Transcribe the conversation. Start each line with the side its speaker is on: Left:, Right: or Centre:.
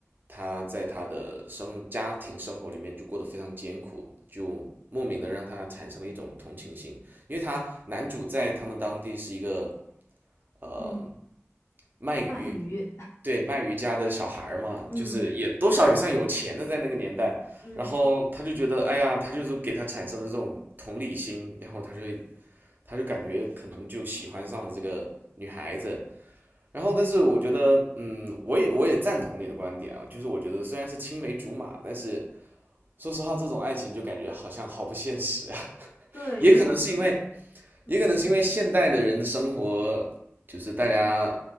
Right: 她在她的生家庭生活里面就过得非常艰苦，就莫名的让他产生了一种同情心，因为他男主在他们当地是一个呃
Left: 嗯
Right: 卖鱼，
Left: 卖鱼，
Right: 对卖鱼家的小孩儿嘛，
Left: 嗯
Right: 就是也多少也算有钱的在那个年代。
Left: 嗯，
Right: 然后他就觉得，哎呀，他就是给他产生了这种同理心，然后他就会他就感觉可能就喜欢上了这个女孩子。然后，但是我觉得，嗯，我也我也赞同你的观点啊，就是我觉得虽然是青梅竹马，但是说实话，这种爱情就感觉好像好不现实啊。
Left: 对，
Right: <laughs> 也可能是因为，
Left: 因为嗯。
Right: 也可能是因为现代的人的生活，就是大家